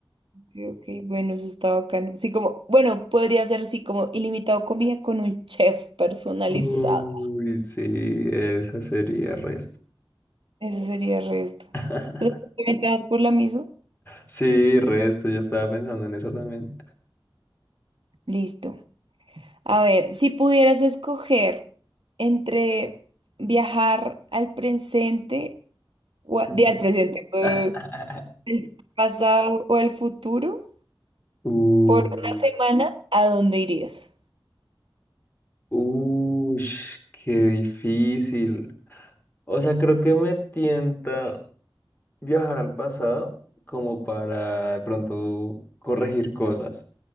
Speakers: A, on the right; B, on the left.
A: Ok, ok, bueno, eso está bacano. Sí, como, bueno, podría ser así como ilimitado comida con un chef personalizado.
B: Uy, sí, esa sería resto.
A: Eso sería el resto.
B: <laughs>
A: O sea, ¿te das por la misma?
B: Sí, resto, yo estaba pensando en eso también.
A: Listo. A ver, si pudieras escoger entre viajar al presente, o a-
B: Mm.
A: de, al presente, eh,
B: <laughs>
A: al pasado o al futuro,
B: Uh,
A: por una semana, ¿a dónde irías?
B: ush, qué difícil. O sea, creo que me tienta viajar al pasado como para de pronto corregir cosas